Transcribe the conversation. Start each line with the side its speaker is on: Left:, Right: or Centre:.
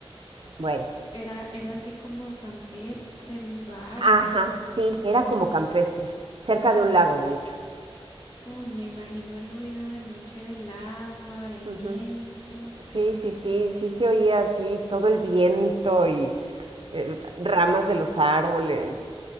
Right: Bueno,
Left: Era, era así como campestre el lugar
Right: ajá,
Left: o...
Right: sí, era como campestre, cerca de un lago, de hecho.
Left: Uy, me imagino el ruido de noche del agua, el
Right: Ujú.
Left: viento.
Right: Sí, sí, sí, sí se oía así todo el viento y eh, ramas de los árboles.